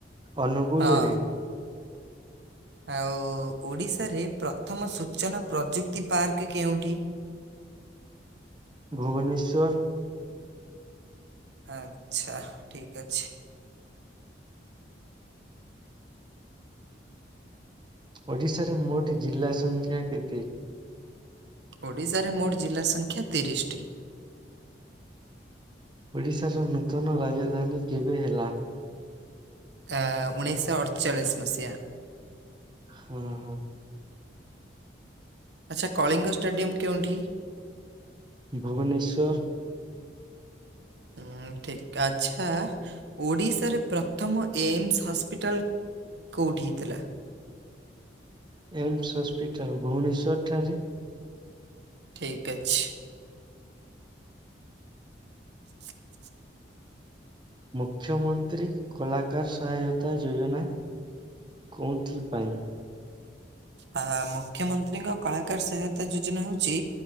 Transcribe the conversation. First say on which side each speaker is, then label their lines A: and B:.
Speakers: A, on the right; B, on the right.
A: ଅନୁଗୁଲରେ।
B: ହଁ ଆଉ ଓଡ଼ିଶାରେ ପ୍ରଥମ ସୂଚନା ପ୍ରଯୁକ୍ତି ପାର୍କ କେଉଁଠି?
A: ଭୁବନେଶ୍ୱର।
B: ଆଛା ଠିକ ଅଛି।
A: ଓଡିଶାର ମୋଟ ଜିଲ୍ଲା ସଂଖ୍ୟା କେତେ?
B: ଓଡ଼ିଶାରେ ମୋଟ ଜିଲ୍ଲା ସଂଖ୍ୟା ତିରିଶିଟି।
A: ଓଡ଼ିଶାର ନୂତନ ରାଜଧାନୀ କେବେ ହେଲା?
B: ଆ ଉଣେଇଶହ ଅଠଚାଳିଶ ମସିହା।
A: ହୁଁ ହୁଁ।
B: ଆଛା କଳିଙ୍ଗ ଷ୍ଟାଡିୟମ କେଉଁଠି?
A: ଭୁବନେଶ୍ୱର।
B: ହଁ ଠିକ୍। ଆଛା ଓଡିଶାରେ ପ୍ରଥମ ଏମସ ହସ୍ପିଟାଲ କୋଉଠି ହେଇଥିଲା?
A: ଏମ୍ସ ହସ୍ପିଟାଲ ଭୁବନେଶ୍ଵର ଠାରେ।
B: ଠିକ୍ ଅଛି। <inaudible>
A: ମୁଖ୍ୟମନ୍ତ୍ରୀ କଳାକାର ସହାୟତା ଯୋଜନା କୋଉଥି ପାଇଁ?
B: ଆ ମୁଖ୍ୟମନ୍ତ୍ରୀଙ୍କ କଳାକାର ସହାୟତା ଯୋଜନା ହଉଚି